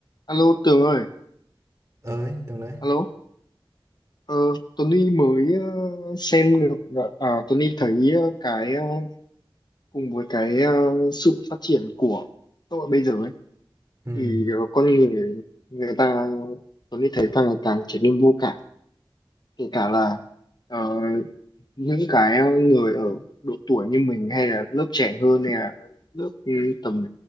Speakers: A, on the left; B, on the right.
A: Alo Tường ơi,
B: ơi Tường đấy
A: alo. Ờ, Tony mới ờ, xem được, ờ, à, Tony thấy ờ, cái ờ, cùng với cái ờ, sự phát triển của xã hội bây giờ ấy,
B: ừ.
A: thì ờ, con người người ta Tony thấy càng ngày càng trở nên vô cảm, kể cả là ờ, những cái ờ, người ở độ tuổi như mình hay là lớp trẻ hơn hay là lớp ừ, tầm